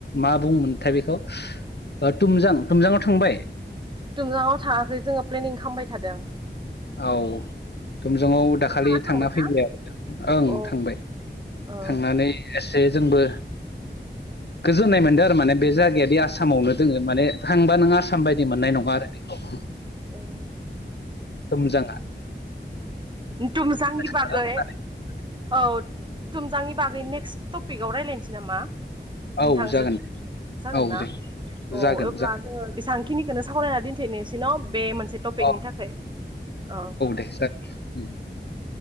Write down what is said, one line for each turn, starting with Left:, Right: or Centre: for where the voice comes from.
Left: मा बुंमोनथाय बेखौ ओ थुमजां थुमजाङआव थांबाय?
Right: टुमजाङाव थाङाखै जोङो प्लेनिं खालामबाय थादों।
Left: औ थुमजांआव
Right: उम
Left: दाखालि
Right: नोंथाङा थांबायना
Left: थांना फैबाय आरो ओं
Right: औ
Left: थांबाय।
Right: ओ
Left: थांनानै एसे जोंबो गोजोननाय मोनदों आरो माने बे जायगायादि आसामावनो दोङो माने थांबा नों आसाम साम बायदि मोननाय नङा आरो बेखौ
Right: उम
Left: थुमजाङा
Right: तुमजांनि बागै
Left: खालामदों।
Right: औ तुमजांनि बागै नेक्स्ट टपिकआव रायलायसै नामा? नोंथांजों
Left: औ जागोन दे
Right: जागोन
Left: औ
Right: ना
Left: दे
Right: अ
Left: जागोन
Right: अब्ला
Left: जागोन
Right: जोङो बेसेबां खिनिखौनो सावरायनानै दिनथिनिसै न बे मोनसे टपिकनि
Left: औ
Right: थाखाय औ।
Left: <unintelligible>